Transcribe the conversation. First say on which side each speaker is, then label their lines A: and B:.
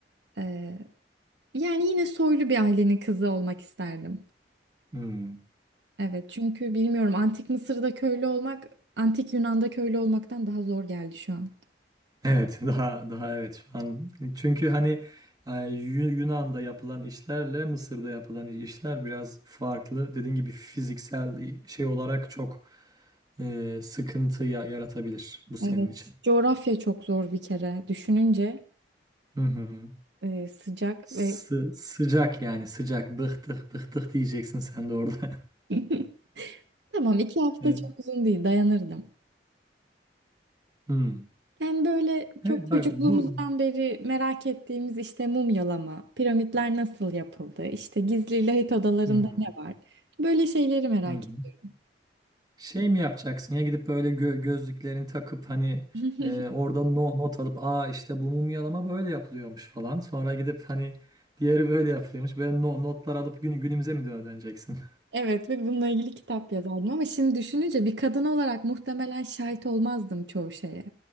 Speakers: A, on the right; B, on the right.
A: e, yani yine soylu bir ailenin kızı olmak isterdim.
B: hmm.
A: Evet çünkü bilmiyorum Antik Mısır'da köylü olmak Antik Yunan'da köylü olmaktan daha zor geldi şu an.
B: Evet <laughs> daha daha evet şu an çünkü hani e, Yu- Yunan'da yapılan işlerle Mısır'da yapılan işler biraz farklı. Dediğin gibi fiziksel şey olarak çok e, sıkıntı ya- yaratabilir bu senin
A: Evet.
B: için.
A: Coğrafya çok zor bir kere. Düşününce
B: Hı hı.
A: e, sıcak
B: Sı-
A: ve
B: sıcak yani sıcak. Bıktık bıktık diyeceksin sen de orada. <laughs>
A: <laughs> tamam iki hafta
B: Evet.
A: çok uzun değil dayanırdım.
B: Hmm.
A: Yani böyle çok
B: Evet
A: çocukluğumuzdan
B: bak bu
A: beri merak ettiğimiz işte mumyalama, piramitler nasıl yapıldı, işte gizli lahit odalarında
B: Hı hı,
A: ne var? Böyle şeyleri merak
B: hı hı.
A: ettim.
B: Şey mi yapacaksın ya gidip böyle gö- gözlüklerini takıp hani
A: <laughs>
B: e, orada no- not alıp aa işte bu mumyalama böyle yapılıyormuş falan. Sonra gidip hani diğeri böyle yapılıyormuş. Böyle no- notlar alıp gün günümüze mi dö- döneceksin?
A: Evet ve bununla ilgili kitap yazardım ama şimdi düşününce bir kadın olarak muhtemelen şahit olmazdım çoğu şeye.